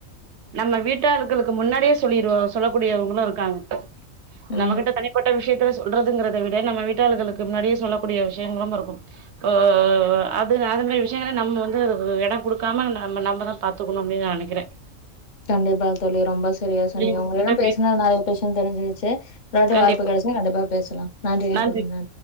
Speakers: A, on the right (about 65°); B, on the left (about 40°).
A: நம்ம வீட்டாக்களுக்கு முன்னாடியே சொல்லிருவ சொல்லக்கூடியவங்களும் இருக்காங்க
B: ம்
A: நமகிட்ட தனி பட்ட விஷயத்த சொல்றதுங்கிறத விட நம்ம வீட்டாள்களுக்கு முன்னாடியே சொல்லக்கூடிய விஷயங்களும் இருக்கும் அஹ அது அது மாதிரி விஷயங்கள நம்ம வந்து அது இடம் கொடுக்காம நம்ம நம்மதான் பாத்துக்கணும் அப்படின்னு நான் நினக்கிறேன்
B: கண்டிப்பா தோலி ரொம்ப செரியா சொன்னிங்க
A: உங்ககிட்ட
B: உங்களிடம் பேசுனா
A: பேச
B: நெறைய விஷயம் தெரிஞ்சுருச்சு ஒரு வாட்டி
A: கண்டிப்பா
B: வாய்பு கிடச்சா கண்டிபா பேசலாம் நன்றிங்க
A: நன்றி
B: தொழிநா